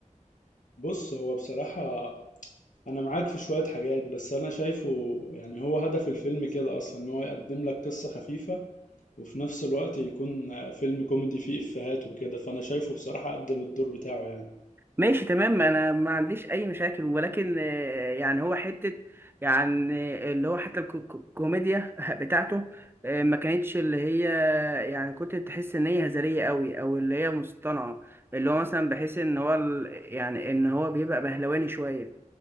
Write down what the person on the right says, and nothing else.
ماشي تمام انا ما عنديش اي مشاكل ولكن آه، يعني هو حتة يعني اللي هو حتى الكو- كو- الكوميديا <laughs> بتاعته آه، ما كانتش اللي هي يعني كنت تحس ان هي هزلية قوي او اللي هي مصطنعة اللي هو مثلا بحس ان هو ال- يعني ان هو بيبقى بهلواني شوية